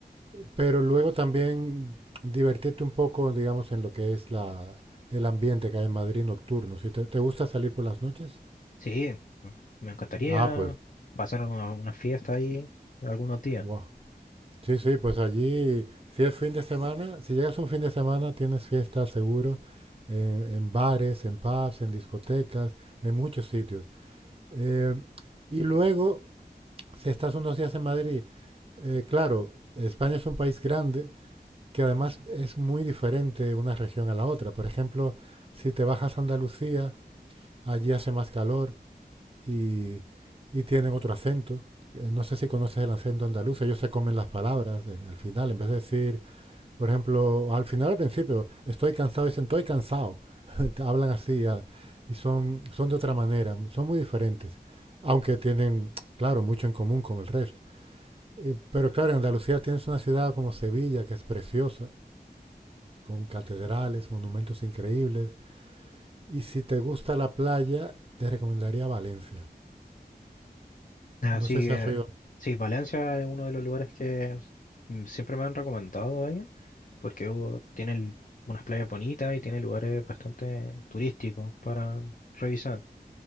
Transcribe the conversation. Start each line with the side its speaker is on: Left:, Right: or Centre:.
Right: pero luego también divertirte un poco, digamos, en lo que es la, el ambiente que hay en Madrid nocturno. Si te, te gusta salir por las noches?
Left: Sí, me encantaría
Right: Ah, pues,
Left: pasar una una fiesta ahí algunos días.
Right: wow. Sí, sí, pues allí, si es fin de semana, si llegas un fin de semana, tienes fiestas seguro en, en bares, en pubs, en discotecas, en muchos sitios. Eh, y luego, si estás unos días en Madrid, eh, claro, España es un país grande que además es muy diferente una región a la otra. Por ejemplo, si te bajas a Andalucía, allí hace más calor, y, y tienen otro acento. Eh, No sé si conoces el acento andaluz, ellos se comen las palabras eh, al final, en vez de decir, por ejemplo, al final, al principio, estoy cansado, dicen, estoy cansado. <laughs> Hablan así ah, y son, son de otra manera, son muy diferentes, aunque tienen, claro, mucho en común con el resto. Eh, Pero claro, en Andalucía tienes una ciudad como Sevilla, que es preciosa, con catedrales, monumentos increíbles. Y si te gusta la playa, te recomendaría Valencia.
Left: Así
Right: No sé
Left: que
Right: si has oído
Left: sí, Valencia es uno de los lugares que mm, siempre me han recomendado ahí, porque hubo- tiene el- unas playas bonitas y tiene lugares bastante turísticos para revisar.